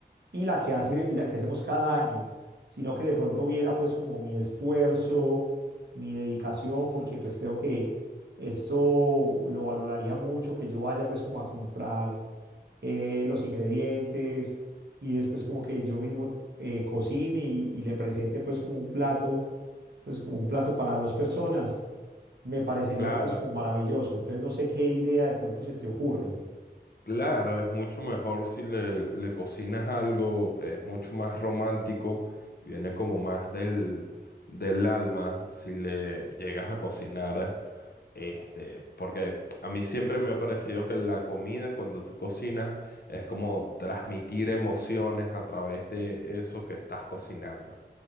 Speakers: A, on the right; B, on the left.
A: y la que hace, y la que hacemos cada año, sino que de pronto viera pues como mi esfuerzo, mi dedicación, porque pues creo que esto lo valoraría mucho, que yo vaya pues como a comprar eh, los ingredientes y después como que yo mismo eh, cocine y, y le presente pues como un plato, pues como un plato para dos personas, me parecería
B: Claro,
A: pues como maravilloso. Entonces no sé qué idea de pronto se te ocurre.
B: claro, es mucho mejor si le, le cocinas algo, es mucho más romántico y viene como más del, del alma si le llegas a cocinar. Este, porque a mí siempre me ha parecido que la comida, cuando tú cocinas, es como transmitir emociones a través de eso que estás cocinando.